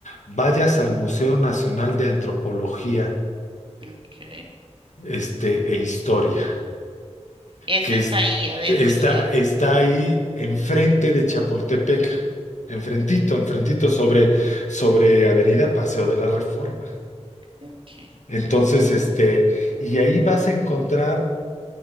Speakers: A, on the left (about 85°); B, on the right (about 45°).
A: vayas al Museo Nacional de Antropología,
B: Ok.
A: este, e Historia.
B: Ese
A: que es-
B: está ahí adentro
A: está,
B: de él.
A: está ahí enfrente de Chapultepec, enfrentito,
B: Ok.
A: enfrentito sobre, sobre Avenida Paseo de la Reforma.
B: ok.
A: Entonces, este, y ahí vas a encontrar,